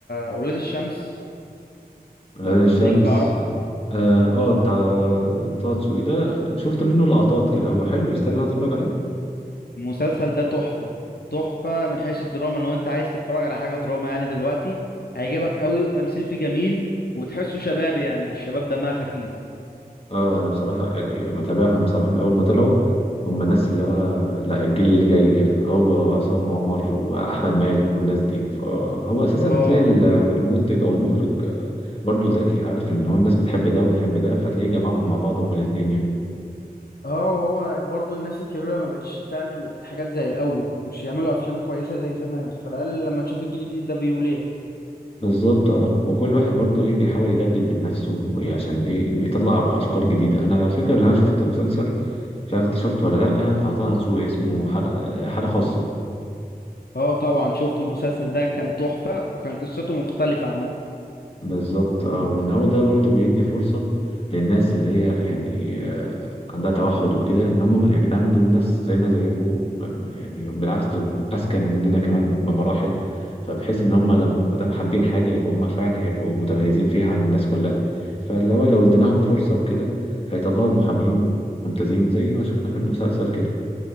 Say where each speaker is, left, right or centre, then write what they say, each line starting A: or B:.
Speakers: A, on the left; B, on the left.
A: اولاد الشمس
B: غير
A: لو
B: الشمس
A: في- ليك في العربي
B: اه آه، بتاع طه دسوقي ده شفت منه لقطات كده هو حلو يستاهل ان أنا اتفرج عليه
A: المسلسل ده تحفه تحفه من حيث الدراما لو انت عايز تتفرج على حاجه دراما يعني دلوقتي هيعجبك قوي والتمثيل فيه جميل وتحسه شبابي يعني الشباب دمها خفيف
B: اه انا بصراحه يعني متابعهم بصراحه من اول ما طلعوا هم الناس اللي هو لا الجيل اللي جاي كده هو وعصام عمر واحمد مالك والناس دي فهو اساسا
A: اه
B: تلاقي ال- المنتج او المخرج آه، برضو ذكي عارف ان هو الناس بتحب ده وبتحب ده فتلاقيه جمعهم مع بعض هما الاتنين يعني
A: اه وهو برضو الناس الكبيرة ما بقتش تعمل حاجات زي الأول ما بقوش يعملوا أفلام كويسة زي زمان فقال لما نشوف الجيل الجديد ده بيقول إيه
B: بالظبط اه وكل واحد برضو ايه بيحاول يجدد من نفسه وإيه عشان ايه يطلع بقى افكار جديده انا فاكر ان انا شفت مسلسل مش عارف انت شفته ولا لا بتاع طه دسوقي اسمه حلقه حاله خاصه
A: اه طبعا شفت المسلسل ده كان تحفة وكان قصته مختلفة عن مثلا
B: بالظبط اه وان هو ده برضو بيدي فرصة للناس اللي هي يعني آه، عندها توحد وكده ان هم يا جدعان دول ناس زينا زيكم يعني بالعكس دول اذكى مننا كمان بمراحل فبحيث ان هم لما دام حابين حاجة يبقى هم فعلا هيبقوا متميزين فيها عن الناس كلها فاللي هو لو اديناهم فرصة وكده هيطلعوا محامين ممتازين زي ما شفنا في المسلسل كده